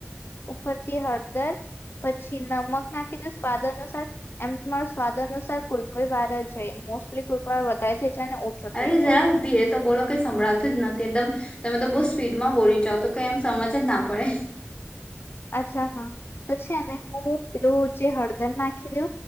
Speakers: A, on the left; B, on the left.
A: ઉપરથી હળદર, પછી નમક નાખી દો સ્વાદ અનુસાર એમ તમારો સ્વાદ અનુસાર, કોઈ કોઈ વાર જ જાય મોસ્ટલી કોઈ વાર વધારે થઈ જાય ને ઓછો
B: અરે
A: થઈ
B: જરાક
A: જાય
B: ધીરે તો બોલો કઈ સંભળાતું જ નથી એકદમ તમે તો બહુ સ્પીડમાં બોલી જાાવ તો કઈ એમ સમજ જ ના પડે.
A: અચ્છા હા તો છે ને હું પેલું ચે હળદર નાખી દઉ,